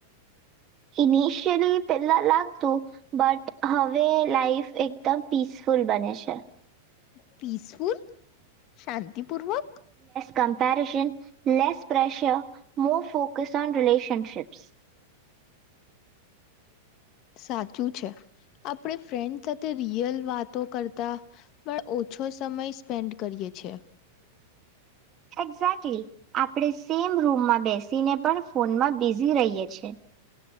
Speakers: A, on the right; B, on the left.
A: ઇનિશિયલી પેલા લાગતું બટ હવે લાાઈફ એકદમ પીસફુલ બને છે
B: પીસફુલ શાંતિપૂર્વક
A: comparison less pressure more focus on relationships
B: સાચું છે આપણે ફ્રેન્ડ સાથે રિયલ વાતો કરતા પણ ઓછો સમય સ્પેન્ડ કરીએ છે
A: એક્ઝેક્ટલી આપણેે સેમ રૂમમાં બેસીને પણ ફોનમાં બિઝી રહીએ છીએ <inaudible>